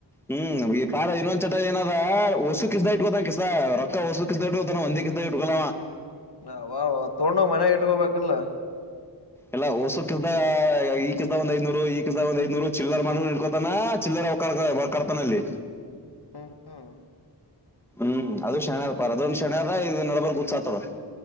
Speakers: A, in the centre; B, on the left.
A: ಹ್ಮ್ ಈ ಪಾರ ಇನ್ನೂಂದ ಚಟ ಏನಾದ ಹೊಸು ಕಿಸದಗ ಇಟ್ಕೋದ ಕಿಸದಗ ರೊಕ್ಕ ಹೊಸು ಕಿಸ್ದ ಇಕತಾನ ಒಂದೇ ಕಿಸದಗ ಇಟ್ಕೋವ
B: ಅಬ್ಬಬ್ಬ ತೋಂಡ ಹೋಗಿ ಮನ್ಯಾಗ ಇಟ್ಕೋಬೇಕಲ್ಲ
A: ಎಲ್ಲ ಹೊಸು ಕ ಈ ಕಿಸದಗ ಒಂದ್ ಐದನೂರು ಈ ಕಸದಗ ಒಂದ್ ಐದನೂರು ಚಿಲ್ಲರ್ ಮಾಡ ಇಡ್ಕೋತಾನ ಚಿಲ್ಲ ಕರ್ ಕರ್ತನಲ್ಲಿ
B: ಹ್ಮ ಹ್ಮ್
A: ಹ್ಮ್ ಅದು ಶಣೆ ಆಗ್ ಪಾರ ಅದೊಂದ ಶಣೆ ಅದ ಇದು ನಡ್ಬರ್ಕ್ ಉತ್ಸಾತದ